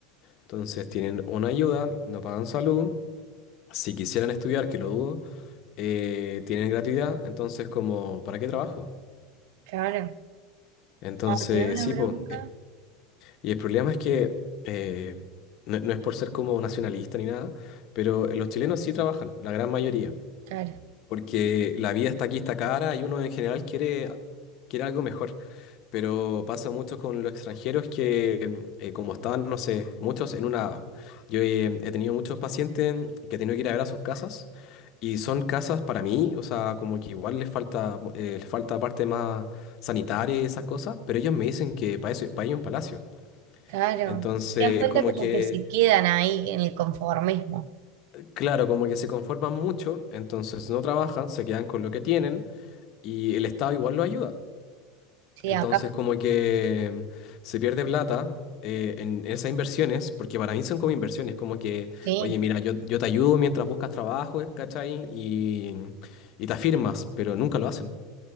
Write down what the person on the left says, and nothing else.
Entonces tienen una ayuda, no pagan salud. Si quisieran estudiar, que lo dudo, eh, tienen gratuidad. Entonces, como, ¿para qué trabajo?
Entonces,
sí,
pues. y el problema es que eh, no, no es por ser como nacionalista ni nada, pero los chilenos sí trabajan, la gran mayoría,
porque la vida está aquí, está cara y uno en general quiere, quiere algo mejor. Pero pasa mucho con los extranjeros que, eh, como estaban, no sé, muchos en una... Yo he, he tenido muchos pacientes que he tenido que ir a ver a sus casas y son casas para mí, o sea, como que igual les falta, eh, les falta parte más sanitaria y esas cosas, pero ellos me dicen que para eso, para ellos es un palacio.
Entonces,
como
que,
claro, como que se conforman mucho, entonces no trabajan, se quedan con lo que tienen y el Estado igual lo ayuda.
Entonces,
como que se pierde plata eh, en esas inversiones, porque para mí son como inversiones, como que,
oye, mira, yo, yo te ayudo mientras buscas trabajo, eh, ¿cachai? Y, y te afirmas, pero nunca lo hacen.